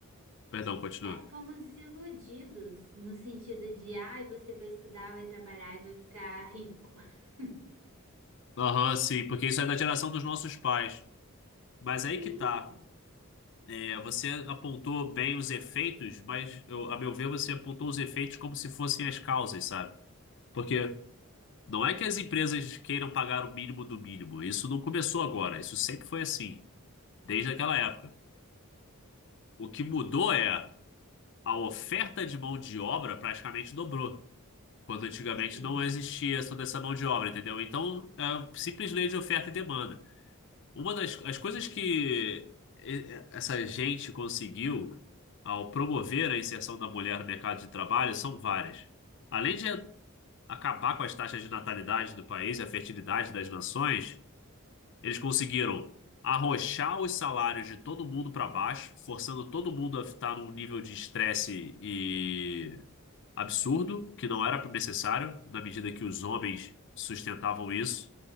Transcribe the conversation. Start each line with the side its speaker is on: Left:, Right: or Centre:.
Left: perdão, continua.
Right: é, fomos desiludidos no sentido de, ai, você vai estudar, vai trabalhar e vai ficar rico. <laughs>
Left: Aham, sim, porque isso é da geração dos nossos pais. Mas aí
Right: Sim,
Left: que tá. É, você apontou bem os efeitos, mas eu- a meu ver, você apontou os efeitos como se fossem as causas, sabe? Porque não é que as empresas queiram pagar o mínimo do mínimo. Isso não começou agora. Isso sempre foi assim, desde aquela época. O que mudou é a oferta de mão de obra praticamente dobrou. Quando antigamente
Right: sim.
Left: não existia toda essa mão de obra, entendeu? Então, é a simples lei de oferta e demanda. Uma das as coisas que e- essa gente conseguiu ao promover a inserção da mulher no mercado de trabalho são várias. Além de acabar com as taxas de natalidade do país e a fertilidade das nações, eles conseguiram arrochar os salários de todo mundo para baixo, forçando todo mundo a estar num nível de estresse absurdo, que não era necessário, na medida que os homens sustentavam isso,